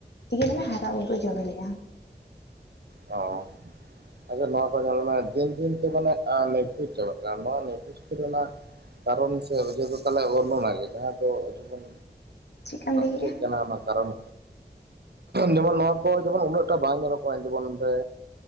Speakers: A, on the left; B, on the right.
A: ᱛᱮᱜᱮ ᱵᱚᱞᱮ ᱦᱟᱨᱟ-ᱵᱩᱨᱩ-ᱟ ᱡᱚ ᱵᱮᱞᱮᱼᱟ
B: ᱚ ᱟᱫᱚ ᱱᱚᱣᱟ ᱠᱚ ᱧᱮᱞ ᱢᱮ ᱫᱤᱱ ᱫᱤᱱ ᱛᱮ ᱢᱟᱱᱮ ᱱᱤᱵᱷᱩᱡ ᱪᱟᱵᱟᱜ ᱠᱟᱱᱟ ᱱᱚᱣᱟ ᱱᱤᱵᱷᱩᱡ ᱠᱚᱨᱮᱱᱟᱜ ᱠᱟᱨᱚᱱ ᱥᱮ ᱚᱡᱚᱜᱚ ᱛᱟᱦᱚᱞᱮ ᱩᱱᱫᱚ ᱚᱱᱟᱜᱮ ᱡᱟᱦᱟᱸ ᱫᱚ ᱡᱮᱢᱚᱱ
A: ᱪᱮᱫᱠᱟᱢ ᱞᱟᱹᱭ ᱠᱮᱜᱼᱟ
B: ᱪᱮᱫ ᱠᱟᱱᱟ ᱚᱱᱟ ᱠᱟᱨᱚᱱ ᱡᱮᱢᱚᱱ ᱱᱚᱣᱟ ᱠᱚ ᱡᱮᱢᱚᱱ ᱩᱱᱟᱹᱜ ᱴᱟ ᱵᱟᱝ ᱧᱮᱞᱚᱜ ᱠᱟᱱᱟ ᱡᱤᱵᱚᱱ ᱨᱮ